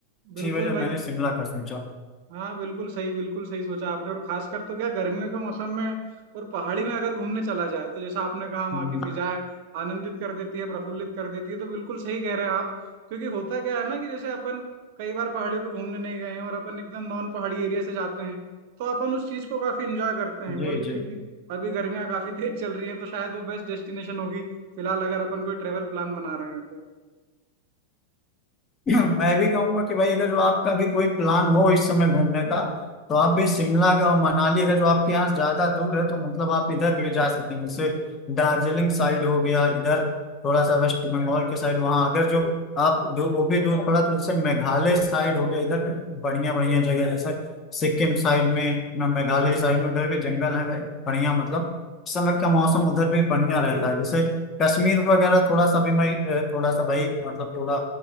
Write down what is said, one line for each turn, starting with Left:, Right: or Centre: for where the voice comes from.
Right: बिल्कुल
Left: इसी वजह
Right: भाई
Left: मैंने शिमला का सोचा
Right: हाँ बिल्कुल सही बिल्कुल सही सोचा आपने और खासकर तो क्या गर्मियों के मौसम में और पहाड़ी में अगर घूमने चला जाए तो जैसा आपने कहा वहाँ
Left: हम्म,
Right: की फिजाएं आनंदित कर देती है प्रफुल्लित कर देती है तो बिल्कुल सही कह रहे हैं आप क्योंकि होता क्या है ना कि जैसे अपन कई बार पहाड़ियों पे घूमने नहीं गए हैं और अपन एकदम नॉन पहाड़ी एरिया से जाते हैं तो अपन उस चीज को काफी इंजॉय करते हैं
Left: जी
Right: और जैसे
Left: जी
Right: कि अभी गर्मियां काफी तेज चल रही हैं तो शायद वो बेस्ट डेस्टिनेशन होगी फिलहाल अगर अपन कोई ट्रेवल प्लान बना रहे हैं तो
Left: <clears throat> मैं भी कहूंगा कि भाई अगर जो आपका भी कोई प्लान हो इस समय घूमने का तो आप भी शिमला का और मनाली अगर जो आपके यहाँ से ज्यादा दूर है तो मतलब आप इधर भी जा सकते हैं जैसे दार्जिलिंग साइड हो गया इधर थोड़ा सा वेस्ट बंगाल के साइड वहाँ अगर जो आप दू, वो भी दूर पड़ा तो जैसे मेघालय साइड हो गया इधर बढ़िया बढ़िया जगह है, जैसे सिक्किम साइड में ना मेघालय साइड में उधर भी जंगल है भाई बढ़िया मतलब इस समय का मौसम उधर भी बढ़िया रहता है जैसे कश्मीर वगैरह थोड़ा सा भी मैं अ, थोड़ा सा भाई मतलब थोड़ा